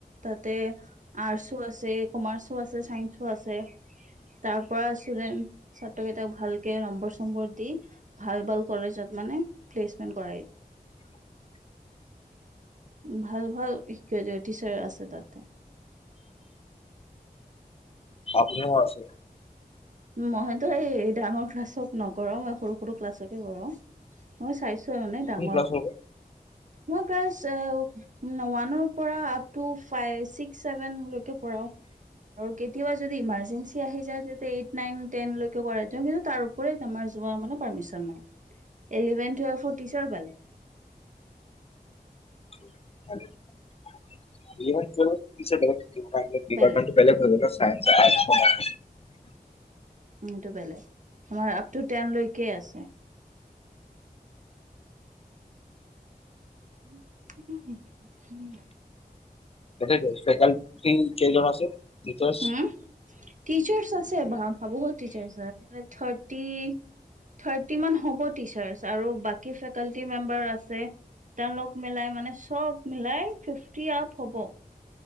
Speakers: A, on the right; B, on the left.
A: তাত। তে আৰ্টছো আছে কমাৰ্চো আছে চাইন্চো আছে। তাৰ পৰা আছিলে। ছাত্ৰকেইটাক ভালকে নম্বৰ চম্বৰ দি ভাল ভাল কলেজত মানে প্লেচমেন্ট কৰাই।
B: <inaudible>
A: ভাল ভাল শিক <unintelligible> টিচাৰ্ছ আছে তাত।
B: আপনিও আছে।
A: মইটো এই ডাঙৰ ক্লাছক নকৰোঁ মই সৰু সৰু ক্লাছকে কৰোঁ। মই চাইছোঁ আৰু মানে ডাঙৰ
B: ক্লাছ হ'ব
A: মই ক্লাছ ওৱানৰ পৰা আপটো ফাই ছিক্স ছেভেন লৈকে পঢ়াও আৰু কেতিয়াবা যদি ইমাৰ্জেঞ্চি আহি যায় তেতিয়া এইট নাইন টেন লৈকে কৰাই দিওঁ কিন্তু তাৰ ওপৰে আমাৰ যোৱাৰ মানে পাৰ্মিছন নাই। এলেিভেন টুৱেলভ টিচাৰ বেলেগ।
B: <unintelligible> ডিপাৰ্টমেণ্টটো বেলেগ হয়।
A: বেলেগ
B: <unintelligible>
A: এইটো বেলেগ আমাৰ আপ টু টেন লৈকে আছে। <inaudible>
B: তাকেইটো ফেকাল্টি কেইজন আছে? টিচাৰ্ছ
A: হোম, টিচাৰ্ছ আছে বা-বহুত টিচাৰ্ছ আছে, লাইক থাৰ্টি থাৰ্টি মান হ'ব টিচাৰ্ছ আৰু বাকী ফেকাল্টি মেম্বাৰ আছে। তেওঁলোক মিলাই মানে চব মিলাই ফিফ্টি আপ হ'ব।